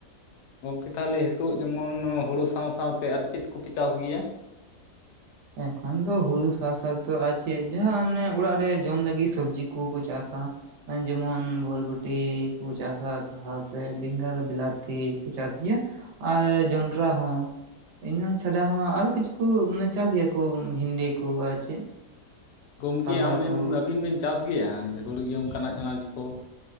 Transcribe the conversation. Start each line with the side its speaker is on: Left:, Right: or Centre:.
Left: ᱜᱚᱝᱠᱮ ᱛᱟᱦᱚᱞᱮ ᱱᱤᱛᱚᱜ ᱡᱮᱢᱚᱱ ᱦᱳᱲᱩ ᱥᱟᱶ ᱥᱟᱶᱛᱮ ᱟᱨ ᱪᱮᱫ ᱠᱚᱯᱮ ᱪᱟᱥ ᱜᱮᱭᱟ‍‍᱾
Right: ᱮᱠᱷᱚᱱ ᱫᱚ ᱦᱩᱲᱩ ᱥᱟᱥᱛᱚ ᱟᱨ ᱪᱮᱫ ᱡᱟᱦᱟᱸ ᱢᱟᱱᱮ ᱚᱲᱟᱜ ᱨᱮ ᱡᱚᱢ ᱞᱟᱹᱜᱤᱫ ᱥᱚᱵᱡᱤ ᱠᱚᱠᱚ ᱪᱟᱥᱟ᱾ ᱡᱮᱢᱚᱱ ᱵᱚᱞᱵᱚᱴᱤ ᱠᱚ ᱪᱟᱥᱟ ᱥᱟᱶᱛᱮ ᱵᱮᱸᱜᱟᱲ ᱵᱤᱞᱟᱛᱤ ᱠᱚ ᱪᱟᱥ ᱜᱮᱭᱟ᱾ ᱟᱨ ᱡᱚᱱᱰᱨᱟ ᱦᱚᱸ ᱤᱧ ᱪᱷᱟᱰᱟ ᱦᱚᱸ ᱟᱨᱚ ᱠᱤᱪᱷᱩ ᱢᱟᱱᱮ᱾ ᱪᱟᱥ ᱜᱮᱭᱟ ᱠᱚ ᱵᱷᱤᱱᱰᱤ ᱠᱚ ᱟᱨ ᱪᱮᱫ᱾
Left: ᱜᱚᱢᱠᱮ
Right: ᱠᱟᱞᱞᱟ
Left: ᱟᱢᱮᱢ
Right: ᱠᱚ
Left: ᱟᱹᱵᱤᱱ ᱵᱤᱱ ᱪᱟᱥ ᱜᱮᱭᱟ ᱦᱩᱲᱩ ᱚᱢᱠᱟᱱᱟᱜ ᱟᱱᱟᱡᱽ ᱠᱚ᱾